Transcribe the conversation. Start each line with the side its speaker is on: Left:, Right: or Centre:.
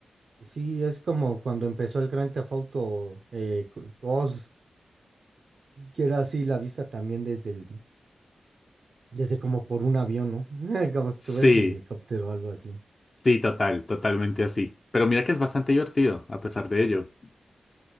Right: Sí, es como cuando empezó el Grand Theft Auto eh, cu- 2, que era así la vista también desde el, desde como por un avión, ¿no? <laughs> Como si estuvieras
Left: Sí,
Right: en helicóptero o algo así.
Left: sí, total, totalmente así. Pero mira que es bastante divertido, a pesar de ello.